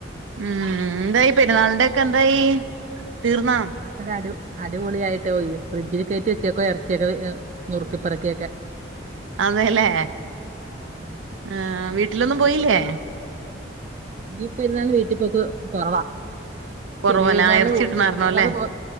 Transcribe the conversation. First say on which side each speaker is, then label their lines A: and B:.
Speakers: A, on the right (about 80°); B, on the right (about 35°).
A: ഉം എന്തായി പെരുന്നാളിന്റെ ഒക്കെ എന്തായി തീർന്നാ
B: അ അടി അടിപൊളിയായിട്ട് ഫ്രിഡ്ജിൽ കേറ്റി വെചേക്കുവാ എറച്ചിയൊക്കെ നുർക്കി പെർക്കിയൊക്കെ
A: അതേല്ലേ
B: ഉം.
A: ആഹ് വീട്ടിലൊന്നും പോയില്ലേ
B: ഈ പെരുന്നാളിന് വീട്ടിപ്പോക്ക് കൊറവാ
A: കൊറവല്ലേ
B: ചെറിയ പരുന്നാളിന്
A: ആഹ് ഇറച്ചി
B: പോയി
A: കിട്ടണായിരുന്നോ
B: ചെറിയ പെരുന്നാള്
A: അല്ലേ
B: പോ